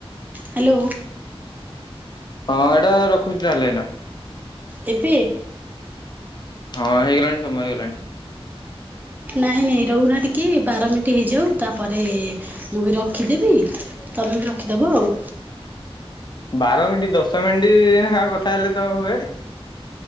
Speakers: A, on the right; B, on the left.
A: ହ୍ୟାଲୋ।
B: ହଁ ଏଇଟା ରଖୁଛି ତାହେଲେ ଏନା।
A: ଜିବି?
B: ହଁ ହେଇ ଗଲାଣି ସମୟ ହେଇ ଗଲାଣି।
A: ନାଇଁ ନାଇଁ ରହୁନା ଟିକେ ବାର ମିଟି ହେଇଯାଉ ତାପରେ ମୁଁ ବି ରଖିଦେବି ତମେ ବି ରଖିଦବ ଆଉ।
B: ବାର ମିଟି ଦଶ ମିନିଟ୍ କଥା ହେଲେ ତ ହୁଏ।